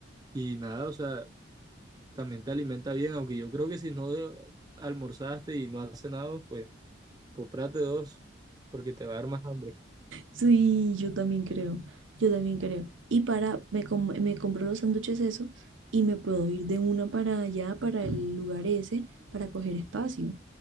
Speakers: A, on the right; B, on the right.
A: y nada, o sea, también te alimenta bien, aunque yo creo que si no de- almorzaste y no has cenado, pues cómprate dos, porque te va a dar más hambre.
B: Sí, yo también creo, yo también creo. Y para, me, com- me compro los sándwiches eso y me puedo ir de una para allá, para el lugar ese, para coger espacio.